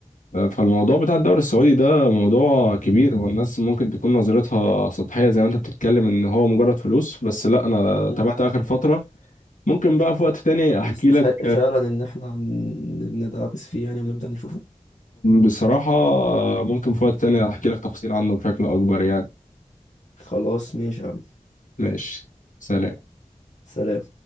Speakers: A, on the left; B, on the left.
A: فالموضوع بتاع الدوري السعودي ده موضوع كبير والناس ممكن تكون نظرتها سطحية زي ما انت بتتكلم ان هو مجرد فلوس بس لا انا
B: مم.
A: تابعت اخر فترة ممكن بقى في وقت تاني احكي
B: يستحق
A: لك
B: فعلا إن احنا ن- ندعبس فيه يعني ونبدأ نشوفه
A: بصراحة ممكن في وقت تاني احكي لك تفصيل عنه بشكل اكبر يعني
B: خلاص ماشي يا عم
A: ماشي سلام
B: سلام